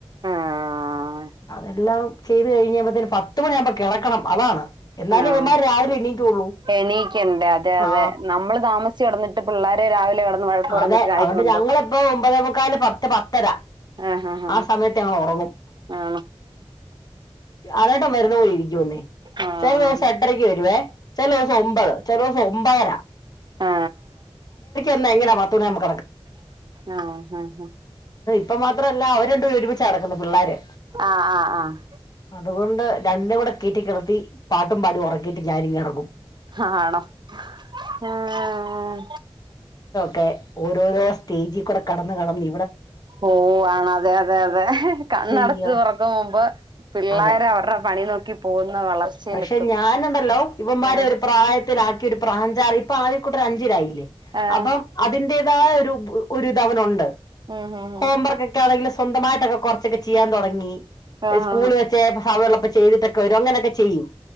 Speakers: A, on the right; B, on the left.
A: ആഹ് ആഹ്
B: അതെല്ലാം ചെയ്ത് കൈഞ്ഞ് നമ്മളെതേനും പത്ത് മണിയാമ്പ കെടക്കണം അതാണ് എന്നാലും
A: ആഹ്
B: ഇവമ്മാര് രാവിലെ എണീക്കുള്ളൂ
A: എണീക്കണ്ടേ അതെ അതെ
B: ആ
A: നമ്മള് താമസച് കെടന്നിട്ട് പിള്ളാരെ രാവിലെ കിടന്ന് വഴക്ക് പറഞ്ഞിട്ട്
B: അതെ
A: കാര്യമുണ്ടോ
B: അതോണ്ട് ഞങ്ങളെപ്പോ ഒമ്പതേ മുക്കാല് പത്ത് പത്തര
A: ആ ഹാ ഹ
B: സമയത്ത് ഞങ്ങൾ ഉറങ്ങും
A: ആ
B: ആറാട്ടം വരുന്ന പോലിരിക്കുന്നേ
A: ആഹ്
B: ചെല ദൂസം എട്ടരക്ക് വരുവേ ചെല ദൂസം ഒമ്പത് ചെല ദൂസം ഒമ്പര
A: ആ
B: പിന്നെങ്ങനെ പത്ത് <inaudible>
A: ആ ഹ ഹ
B: ഇപ്പ മാത്രവല്ല അവര് രണ്ടുപേരു ഒരുമിച്ചാ നടക്കുന്നെ പിള്ളാര്
A: ആഹ് ആഹ്
B: അതുകൊണ്ട് രണ്ടനെകൂടെ കേറ്റി കെട്ത്തി പാട്ടും പാടി ഉറക്കിട്ട് ഞാനിങ്ങെറങ്ങും
A: ഹാ ആണോ ഉം
B: കെ ഓരോരോ സ്റ്റേജി കൂടെ കടന്ന് കടന്നി
A: ഓഹ് ആണ അതെ അതെ അതെ കണ്ണടച്ചത്
B: അയ്യോ
A: തുറക്കും മുമ്പ് പിള്ളോര
B: അതെ
A: അവരുടെ പണി നോക്കി പോകുന്ന വളർച്ചയിലെത്തും
B: പക്ഷെ ഞാനുണ്ടല്ലോ ഇവന്മാരെ
A: ഏഹ്
B: ഒരു പ്രായത്തിലാക്കി ഒരു പ്രാഞ്ചായ് ഇപ്പൊ ആദ്യ കൂട്ട ഒരു അഞ്ചിലായില്ലേ
A: ഏഹ്
B: അപ്പം അതിന്റ ദാ യൊരു ബ് ഒരിധവനുണ്ട്
A: ഉം ഉം
B: ഹോംവർക്ക്
A: ഉം
B: ഒക്കെ ആണെങ്കില് സ് സ്വന്തമായിട്ടൊക്കെ കുറച്ചൊക്കെ ചെയ്യാൻ തുടങ്ങി
A: ആഹ്
B: സ്കൂള് വെച്ചേ ഭാവോള്ളപ്പ ചെയ്തിട്ടൊക്കെ വരും അങ്ങനൊക്കെ ചെയ്യും